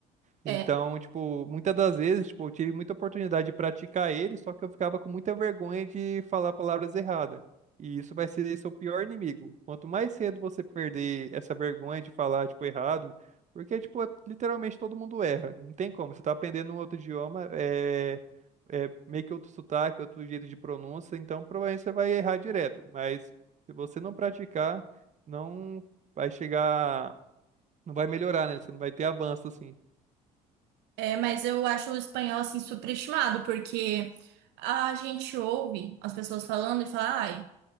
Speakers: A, on the right; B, on the right.
A: É,
B: Então, tipo, muitas das vezes, tipo, eu tive muita oportunidade de praticar ele, só que eu ficava com muita vergonha de falar palavras erradas. E isso vai ser seu pior inimigo. Quanto mais cedo você perder essa vergonha de falar, tipo, errado, porque, tipo, é- literalmente todo mundo erra. Não tem como. Você tá aprendendo um outro idioma, é, é meio que outro sotaque, outro jeito de pronúncia, então provavelmente você vai errar direto. Mas se você não praticar, não vai chegar, não vai melhorar, né? Você não vai ter avanço, assim.
A: é, mas eu acho o espanhol assim superestimado, porque a gente ouve as pessoas falando e fala, ai.